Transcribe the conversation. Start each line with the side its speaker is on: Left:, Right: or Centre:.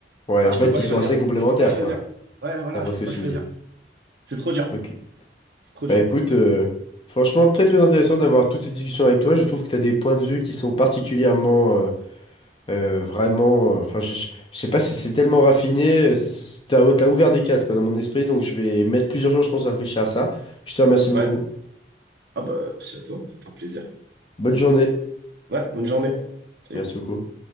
Left: Ouais,
Right: Ah,
Left: en
Right: je
Left: fait,
Right: peux pas
Left: ils
Right: choisir.
Left: sont assez complémentaires,
Right: Je peux pas choisir.
Left: quoi,
Right: Ouais, voilà,
Left: d'après
Right: je peux
Left: ce
Right: pas
Left: que tu
Right: choisir.
Left: me dis.
Right: C'est trop dur.
Left: Ok.
Right: C'est trop dur.
Left: Bah écoute, euh, franchement, très très intéressant d'avoir toutes ces discussions avec toi. Je trouve que tu as des points de vue qui sont particulièrement, euh, euh, vraiment... euh, Enfin, je, je- je sais pas si c'est tellement raffiné. Tu as, ouvert des cases, quoi, dans mon esprit. Donc, je vais mettre plusieurs jours, je pense, à réfléchir à ça. Je te remercie beaucoup.
Right: Ouais. Ah bah, merci à toi, c'était un plaisir.
Left: Bonne journée.
Right: Ouais, bonne journée. Salut.
Left: Merci beaucoup.